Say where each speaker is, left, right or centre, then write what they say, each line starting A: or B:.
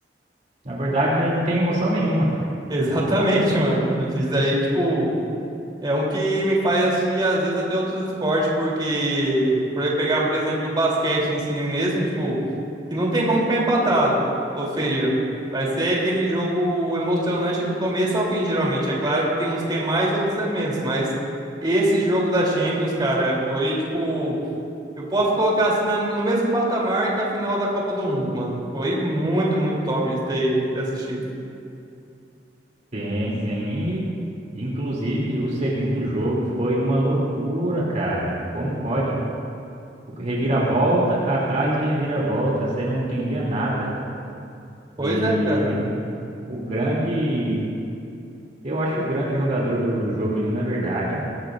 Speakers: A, on the right; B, on the right.
A: Na verdade, não tem emoção nenhuma.
B: Exatamente, <laughs> mano. Isso daí, tipo, é um que me faz assim, às vezes até outros esportes, porque por pegar, por exemplo, o basquete em si mesmo, tipo, que não tem como ficar empatado. Ou seja, vai ser aquele jogo emocionante do começo ao fim, geralmente. É claro que tem uns que é mais, outros é menos, mas esse jogo da Champions, cara, foi tipo, eu posso colocar assim na- no mesmo patamar que a final da Copa do Mundo, mano. Foi muito, muito top de ter ter assistido.
A: Sim, sim. E, inclusive, o segundo jogo foi uma loucura, cara. Como pode? O- Reviravolta atrás de reviravolta, você não entendia nada.
B: Pois
A: E
B: é, cara.
A: o grande, eu acho que o grande jogador do, do jogo ali, na verdade,